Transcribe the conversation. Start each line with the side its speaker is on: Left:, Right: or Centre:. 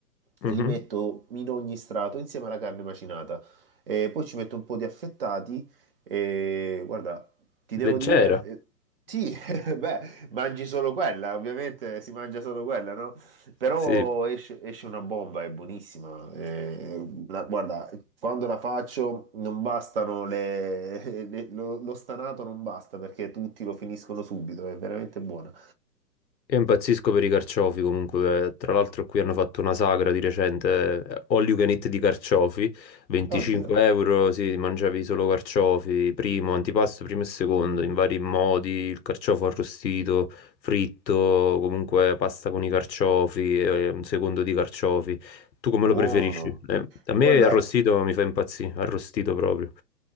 Left: mhm.
Right: e li metto in ogni strato insieme alla carne macinata. E poi ci metto un po' di affettati e guarda, ti devo
Left: Leggero.
Right: dire, eh, sì, <laughs> beh, mangi solo quella, ovviamente si mangia solo quella, no? Però
Left: Sì,
Right: esce, esce una bomba, è buonissima. Eh, la- guarda, quando la faccio non bastano le, <laughs> le- lo, lo stanato non basta perché tutti lo finiscono subito, è veramente buona.
Left: io impazzisco per i carciofi comunque. Tra l'altro qui hanno fatto una sagra di recente, eh, all you can eat di carciofi, 25
Right: Oddio,
Left: euro, sì, mangiavi solo carciofi, primo, antipasto, primo e secondo, in vari modi, il carciofo arrostito, fritto, comunque pasta con i carciofi, eh, un secondo di carciofi. Tu come
Right: buono.
Left: lo preferisci? Eh, a me
Right: Guarda,
Left: arrostito mi fa impazzire, arrostito proprio.